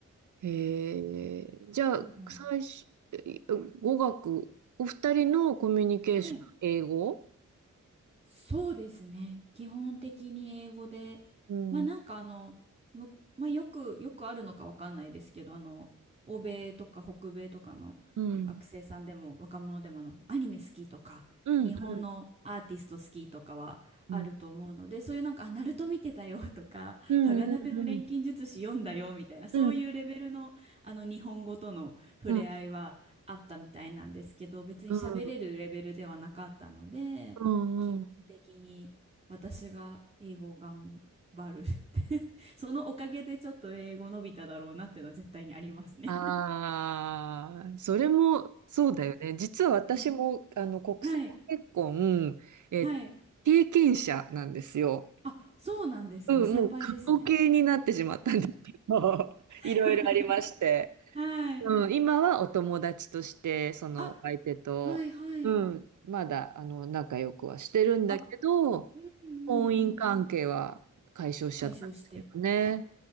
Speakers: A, on the right; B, on the right.
A: えーじゃあ最初え語学お二人のコミュニケーション英語
B: でも、はいそうですね。基本的に英語で、
A: うん
B: まあなんかあの、む、まあよく、よくあるのかわかんないですけど、あの、欧米とか北米とかの学生さんでも若者でもあの、
A: うん
B: アニメ好きとか、
A: うんうん
B: 日本のアーティスト好きとかはあると思うので、
A: うん
B: そういうなんか、あナルト見てたよとか、
A: うんうん
B: 鋼の錬金術師読んだよみたいな、そういうレベルの、
A: うん
B: あの日本語との触れ合いはあったみたいなんですけど、
A: うん
B: 別に喋れるレベルではなかったので、
A: うんうんうん
B: 基本的に私が英語を頑張る <laughs> そのおかげでちょっと英語伸びただろうなっていうのは絶対にありますね。
A: ああ、それもそうだよね。実は私もあの国際結婚、
B: ね。はい。
A: えっと、
B: はい。
A: 経験者なんですよ。
B: あ、そうなんですね。
A: うん、
B: 先輩ですね。
A: もう過去形になってしまったんですけど、<laughs>
B: <laughs>
A: いろいろありまして。
B: はい。
A: うん、今はお友達として、そのお相手と、
B: あ、はいはい。
A: うん、まだあの仲良くはしてるんだけど、
B: あ、うんうんうん。
A: 婚姻関係は解消しちゃったんですけどね。
B: 解消して。あ、